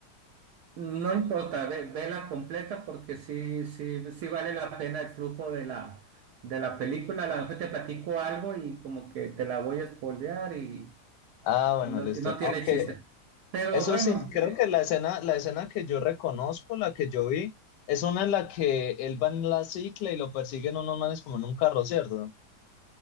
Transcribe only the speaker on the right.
No importa, ve, vela completa porque sí, sí, sí vale la pena el flujo de la, de la película. A lo mejor te platico algo y como que te la voy a spoilear y,
y no,
y no tiene
chiste. Pero
bueno,
eh,